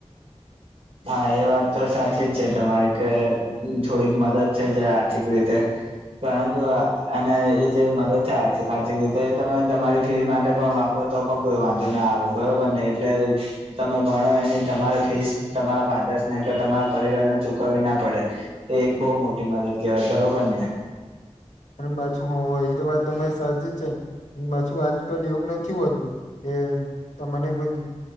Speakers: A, on the right; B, on the left.
A: હા એ વાત તો સાચી જ છે તમારી કે થોડીક મદદ થઈ જાય આર્થિક રીતે પરંતુ અને એ જે મદદ છે આર્થિક આર્થિક રીતે એ તમે તમારી ફી માટે પણ વાપ તો પણ કોઈ વાંધો ના આવે બરોબર ને એટલે તમે ભણો એની તમારે ફીસ તમારા ફાધર્સ ને કે તમારા પરિવારને ચુકવવી ના પડે એ એક બહુ મોટી મદદ કહેવાય બરોબર ને
B: અને પાછું હોય એ તો વાત તમારી સાચી જ છે પાછું આજકાલ એવું નથી હોતું કે તમને કોઈ